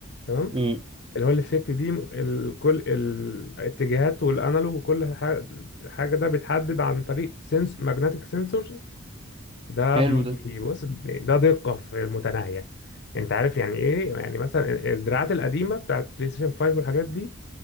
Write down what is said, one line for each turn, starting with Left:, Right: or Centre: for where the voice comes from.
Left: تمام
Right: امم
Left: اللي هو الافكت دي ال- كل ال- الاتجاهات والانالوج وكل حاجه حاجة ده بيتحدد عن طريق سنس ماجنتيك سنسور ده
Right: حلو
Left: مم. بيبص
Right: ده
Left: ده دقه في المتناهيه انت عارف يعني ايه يعني مثلا الدراعات القديمه بتاعت بلاي ستيشن 5 والحاجات دي